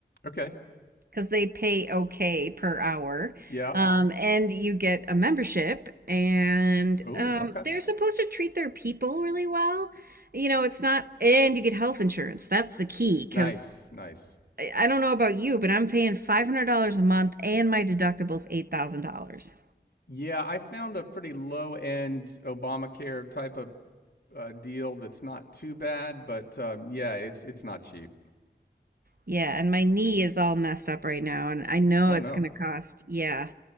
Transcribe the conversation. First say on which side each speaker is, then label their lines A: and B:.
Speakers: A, on the left; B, on the right.
A: Okay.
B: because they pay okay per hour.
A: Yeah.
B: Um, and you get a membership, and
A: Oh.
B: um,
A: Okay.
B: they're supposed to treat their people really well. You know, it's not, and you get health insurance. That's the key because
A: Nice. Nice.
B: I I don't know about you, but I'm paying $500 a month and my deductible's $8,000.
A: Yeah, I found a pretty low end Obamacare type of uh, deal that's not too bad, but um, yeah, it's it's not cheap.
B: Yeah, and my knee is all messed up right now, and I know
A: Oh
B: it's
A: no.
B: going to cost, yeah.